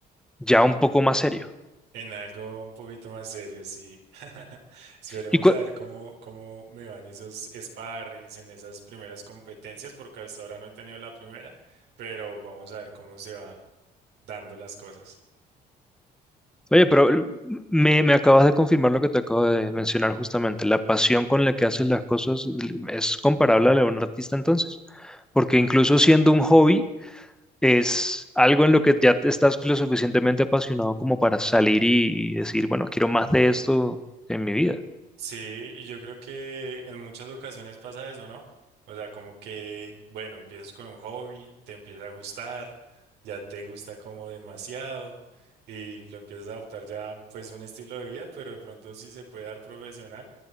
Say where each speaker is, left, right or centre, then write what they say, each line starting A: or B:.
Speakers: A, in the centre; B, on the right (about 80°).
A: ya un poco más serio?
B: En algo un poquito más serio, sí. <laughs> Esperemos
A: Y cu-
B: a ver cómo, cómo me van esos sparrings en esas primeras competencias, porque hasta ahora no he tenido la primera, pero vamos a ver cómo se va dando las cosas.
A: Oye, pero eh, me, me acabas de confirmar lo que te acabo de mencionar justamente. La pasión con la que haces las cosas l- es comparable a la de un artista entonces, porque incluso siendo un hobby es algo en lo que ya te estás lo suficientemente apasionado como para salir y, y decir, bueno, quiero más de esto en mi vida.
B: Sí, y yo creo que en muchas ocasiones pasa eso, ¿no? O sea, como que, bueno, empiezas con un hobby, te empieza a gustar, ya te gusta como demasiado y lo empiezas a adoptar ya pues un estilo de vida, pero de pronto sí se puede dar profesional,